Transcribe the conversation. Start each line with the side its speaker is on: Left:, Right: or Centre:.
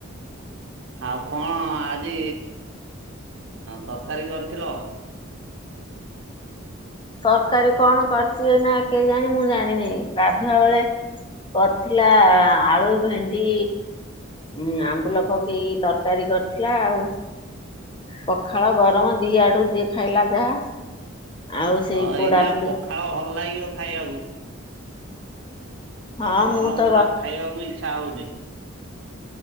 Right: ଆଉ କଣ ଆଜି ତରକାରୀ କରିଥିଲ?
Left: ତରକାରୀ କଣ କରିଛି ଏନା କେଜାଣି ମୁଁ ଜାଣିନି ଗାଧୁଆ ବେଳେ କରିଥିଲା ଆଳୁ, ଭେଣ୍ଡି ଉଁ ଆମ୍ବୁଲ ପକେଇକି ତରକାରୀ କରିଥିଲା ଆଉ ପଖାଳ ଗରମ ଦି ଆଡୁ ଯିଏ ଖାଇଲା ଯାହା। ଆଉ ସେଇ
Right: ହଁ ଏଇନା
Left: ପୋଡା ପୋଡି
Right: ପଖାଳ ଭଲ ଲାଗିବ ଖାଇବାକୁ।
Left: ହଁ
Right: ଗରମ
Left: ମୁଁ ତ
Right: ଗୁରା ଖା ଖାଇବାକୁ ଇଚ୍ଛା ହଉନି।